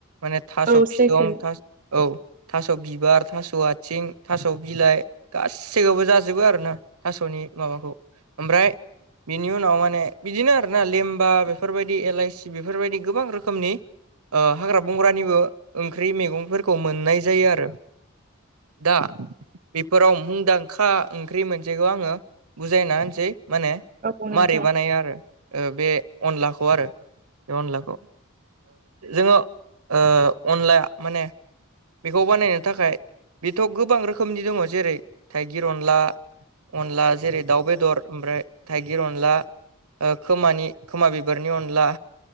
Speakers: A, on the right; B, on the right.
A: माने थास'
B: औ
A: फिदं
B: सैथो
A: थास औ। थास' बिबार थास' आथिं थास' बिलाइ गासै सैखौबो जाजोबो आरोना थास'नि माबाखौ ओमफ्राय बिनि उनाव माने बिदिनो आरो ना लेमबा बेफोरबायदि एलाइसि बेफोरबायदि गोबां रोखोमनि हाग्रा बंग्रानिबो ओंख्रि मैगं फोरखौ मोननाय जायो आरो दा बेफोराव मुंदांखा खा ओंख्रि मोनसेखौ आङो बुजायना होनोसै माने
B: औ औ नोंथां
A: मारै बानायो आरो बे अनलाखौ आरो बे अनलाखौ। जोङो अनलाया माने बेखौ बानायनो थाखाय बेथ' गोबां रोखोमनि दङ जेरै थाइगिर अनला अनला जेरै दाउ बेदर ओमफ्राय थाइगिर अनला खोमानि खोमा बिबारनि अनला